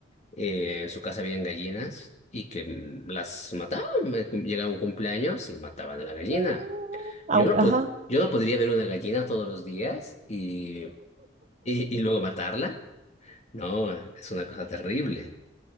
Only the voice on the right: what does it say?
Mm, Aunque,
ajá,